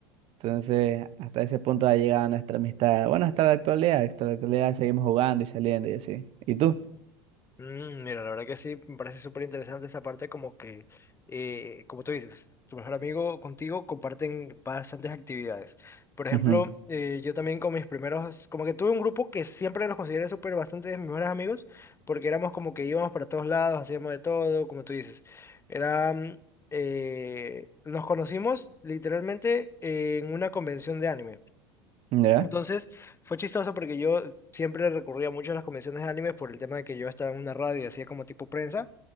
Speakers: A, on the right; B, on the left.
A: Entonces hasta ese punto ha llegado nuestra amistad. Bueno, hasta la actualidad, hasta la actualidad seguimos jugando y saliendo y así. ¿Y tú?
B: Mm, Mira, la verdad que sí, me parece súper interesante esa parte, como que, eh, como tú dices, tu mejor amigo contigo comparten bastantes actividades. Por ejemplo,
A: Ujú.
B: eh, yo también con mis primeros, como que tuve un grupo que siempre los consideré súper bastante de mis mejores amigos, porque éramos como que íbamos para todos lados, hacíamos de todo, como tú dices. Era, mm, eh, nos conocimos literalmente en una convención de anime.
A: ¿Ya?
B: Entonces, fue chistoso porque yo siempre recurría mucho a las convenciones de anime por el tema de que yo estaba en una radio y hacía como tipo prensa.